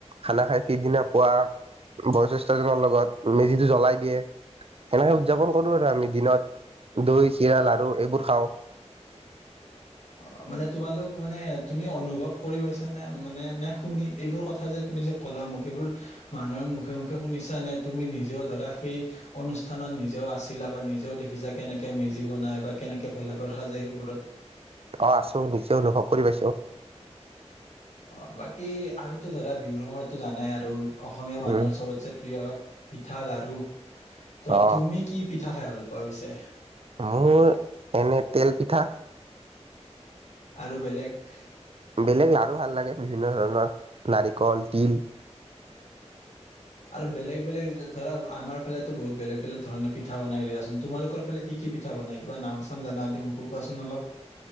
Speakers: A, on the right; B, on the left.
A: খানা খাই পিছদিনা পোৱা বয়েখেষ্ঠজনৰ লগত মেজি জ্বলাই দিয়ে সেনেকে উদযাপন কৰো আৰু আমি দিনত দৈ চিৰা লাৰু এইবোৰ খাওঁ
B: অ মানে তোমালোক মানে তুমি অনুভৱ কৰি পাইছ নে মানে নে শুনি এইবোৰ কথা যে তুমি যে কলামখি সেইবোৰ মানুহৰ মুখে মুখে শুনিছা নে তুমি নিজেও ধৰা সেই অনুষ্ঠানত নিজেও আছিলা বা নিজেও দেখিছা কেনেকৈ মেজি বনাই বা কেনেকৈ ভেলাঘৰ সাজে সেইবোৰত
A: অঁ আছো নিজে অনুভৱ কৰি পাইছো।
B: অঁ বাকী আমিতো ধৰা বিহুৰ সময়তো জানাই আৰু অসমীয়া মানুহৰ
A: উম
B: চবতছে প্ৰিয় পিঠা লাৰু ত'
A: অ
B: তুমি কি পিঠা খাই ভাল পোৱা পিছে?
A: মোৰ এনে তেল পিঠা।
B: আৰু বেলেগ
A: বেলেগ লাৰু ভাল লাগে বিভিন্ন ধৰণৰ নাৰিকল, তিল।
B: আৰু বেলেগ বেলেগ ধৰা আমাৰ ফালেতো বহুত বলেগ বেলেগ ধৰণ পিঠা বনাই দিয়াচোন। তোমালোকৰ ফালে কি কি পিঠা বনায়, কিবা নাম চাম জানা যদি মোকো কোৱাচোন অলপ?